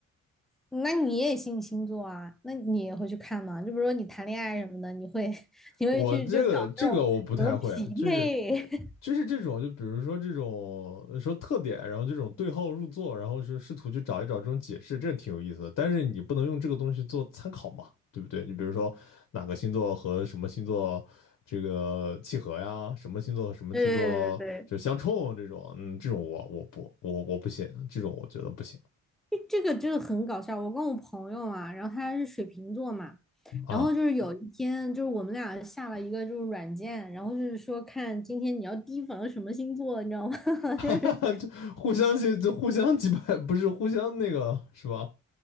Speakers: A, in the centre; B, on the left (about 40°).
A: 那你也信星座啊？那你也会去看吗？就比如说你谈恋爱什么的，你会 <laughs> 你会去就搞那种什么匹配？
B: 我这个这个我不太会，就是
A: <laughs>
B: 就是这种，就比如说这种呃说特点，然后这种对号入座，然后是试图去找一找这种解释，这挺有意思的。但是你不能用这个东西做参考嘛，对不对？你比如说哪个星座和什么星座这个契合呀，什么星座和什么星座就相冲这种，
A: 对对对对
B: 嗯，这种我我不我我不信，这种我觉得不行
A: 诶这个真的很搞笑。我跟我朋友啊，然后他是水瓶座嘛，
B: 啊，
A: 然后就是有一天，就是我们俩下了一个就是软件，然后就是说看今天你要提防什么星座，你知道吗？
B: <laughs>
A: <laughs>
B: 哈哈哈，
A: 就是
B: 就互相去就互相击败，不是互相那个是吧？